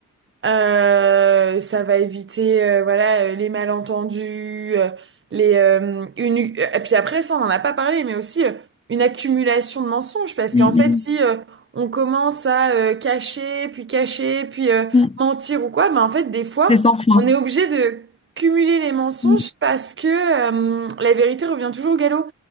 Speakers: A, on the right (about 40°); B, on the left (about 20°).
A: Euh, ça va éviter euh, voilà euh, les malentendus, euh, les euh, une et puis après ça on n'en a pas parlé mais aussi euh, une accumulation de mensonges parce
B: mm,
A: qu'en fait si euh, on commence à euh, cacher puis cacher puis euh,
B: mm, mm.
A: mentir ou quoi ben en fait des fois
B: C'est sans fin.
A: on est obligé de cumuler les mensonges
B: Mm,
A: parce que euh, la vérité revient toujours au galop.